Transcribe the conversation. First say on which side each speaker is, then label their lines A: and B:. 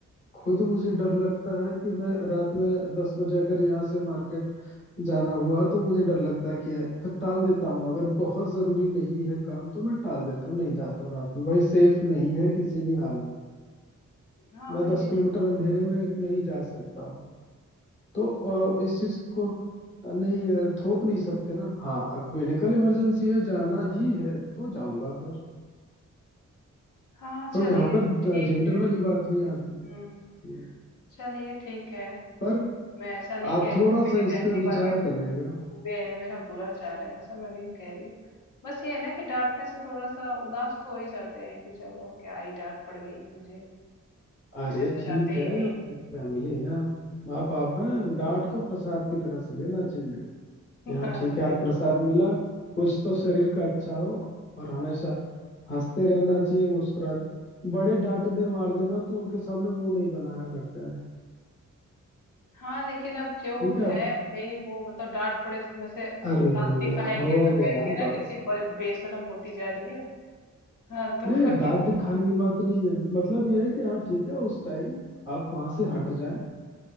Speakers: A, on the left; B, on the left.
A: खुद मुझे डर लगता है कि मैं रात में दस बजे अगर यहाँ से मार्केट जाना हुआ तो मुझे डर लगता है कि है, फिर टाल देता हूँ अगर बहुत जरूरी नहीं है काम तो मैं टाल देता हूँ नहीं जाता हूँ रात में भाई सेफ नहीं है किसी भी हाल में
B: हाँ
A: मैं दस
B: ये
A: किलोमीटर अंधेरे में नहीं जा सकता तो अ, इस चीज को अ, नहीं अ, थोप नहीं सकते ना हाँ मेडिकल इमरजेंसी है जाना ही है तो जाऊंगा फिर
B: हाँ चलिए
A: तो यहाँ पर
B: ठीक
A: जेंडर
B: है
A: वाली बात नहीं आती है
B: हम्म
A: हम्म,
B: चलिए ठीक है,
A: पर
B: मैं ऐसा नहीं
A: आप
B: कह रही
A: थोड़ा
B: कि मेरी
A: सा इस
B: फैमिली
A: पे विचार
B: वाले
A: करिएगा
B: बुरे हैं, मेरा बुरा चाह रहे हैं, ऐसा मैं नहीं कह रही। बस ये है ना कि डाँटने से थोड़ा-सा उदास तो हो ही जाते हैं कि चलो क्या ही डाँट पड़ गई मुझे,
A: अरे
B: इससे अच्छा
A: ठीक
B: जाते
A: है
B: ही नहीं।
A: फैमिली है माँ बाप हैं डांट को प्रसाद की तरह से लेना चाहिए
B: <laughs>
A: कि हाँ
B: हाँ,
A: ठीक
B: सही
A: है आज प्रसाद मिला कुछ तो शरीर का अच्छा हो और हमेशा
B: हाँ।
A: हंसते रहना चाहिए मुस्कुराते बड़े डांट दे मार देना तो उनके सामने मुंह नहीं बनाया करते हैं
B: हाँ, लेकिन अब जो
A: ठीक है
B: है
A: आप
B: भई वो मतलब डाँट पड़े तो हमें से
A: अरे
B: दाँत दिखाएँगे
A: अब हो
B: तो कहेंगे
A: गया
B: ना
A: बस
B: कितनी ब बेशर्म होती जा रही है। हाँ, तो
A: नहीं नहीं
B: वही।
A: दांत दिखाने की बात नहीं है मतलब ये है कि हाँ ठीक है उस टाइम आप वहां से हट जाएं